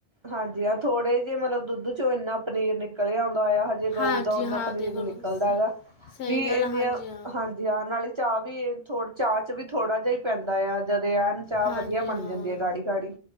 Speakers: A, on the right; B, on the left.
A: ਹਾਂਜੀ ਹਾਂ ਥੋੜੇ ਜੇ ਮਤਲਬ ਦੁੱਧ ਚੋ ਏਨਾ ਪਨੀਰ ਨਿਕ ਨਿਕਲ ਆਉਂਦਾ ਹੋਇਆ ਹਜੇ ਗਊ
B: ਹਾਂਜੀ
A: ਦਾ ਉੱਨਾਂ
B: ਹਾਂ
A: ਪਨੀਰ
B: ਦੇਖ
A: ਨੀ
B: ਲਓ
A: ਨਿਕਲਦਾ
B: ਸ-
A: ਹੈਗਾ।
B: ਸਹੀ
A: ਵੀ
B: ਗੱਲ
A: ਏੱਨੀਆ
B: ਆ, ਹਾਂਜੀ ਹਾਂ
A: ਹਾਂਜੀ ਹਾਂ ਨਾਲੇ ਚਾਅ ਵੀ ਥੋ ਚਾਅ ਚ ਵੀ ਥੋੜਾ ਜਾ ਈ ਪੈਂਦਾ ਆ ਜਦ ਏ ਐਨ ਚਾਹ
B: ਹਾਂਜੀ
A: ਵਧੀਆ ਬਣ
B: ਹਾਂ,
A: ਜਾਂਦੀ ਹੈ ਗਾੜੀ ਗਾੜੀ